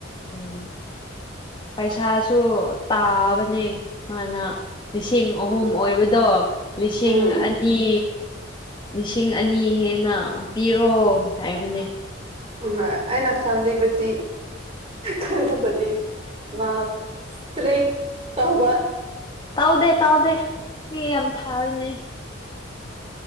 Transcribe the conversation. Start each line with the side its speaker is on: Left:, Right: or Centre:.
Left: ꯎꯝ ꯄꯩꯁꯥꯁꯨ ꯇꯥꯕꯅꯦ ꯃꯥꯅ ꯂꯤꯁꯤꯡ
Right: ꯎꯝ
Left: ꯑꯍꯨꯝ ꯑꯣꯏꯕꯗꯣ ꯂꯤꯁꯤꯡ
Right: ꯎꯝ
Left: ꯑꯅꯤ ꯂꯤꯁꯤꯡ ꯑꯅꯤ ꯍꯦꯟꯅ ꯄꯤꯔꯣ ꯍꯥꯏꯕꯅꯦ
Right: ꯎꯝ ꯑꯩꯅ ꯈꯜꯂꯤꯕꯗꯤ ꯈꯜꯂꯨꯕꯗꯤ ꯃꯥꯁꯇ꯭ꯔꯤ ꯇꯧꯕ
Left: ꯇꯧꯗꯦ ꯇꯧꯗꯦ ꯃꯤ ꯌꯥꯝ ꯐꯥꯕꯅꯦ